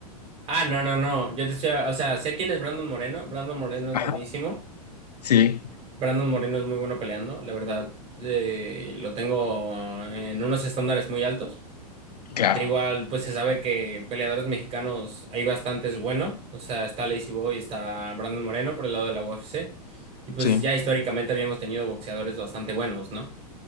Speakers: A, on the right; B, on the left.
A: Ah, no, no, no. Yo te estoy, o sea, sé quién es Brandon Moreno. Brandon Moreno es
B: Ajá.
A: buenísimo.
B: Sí,
A: Brandon Moreno es muy bueno peleando, la verdad. eh, lo tengo en unos estándares muy altos.
B: claro,
A: De igual, pues se sabe que peleadores mexicanos hay bastantes buenos. O sea, está Lazy Boy, está Brandon Moreno por el lado de la UFC. Y pues
B: sí.
A: ya históricamente habíamos tenido boxeadores bastante buenos, ¿no?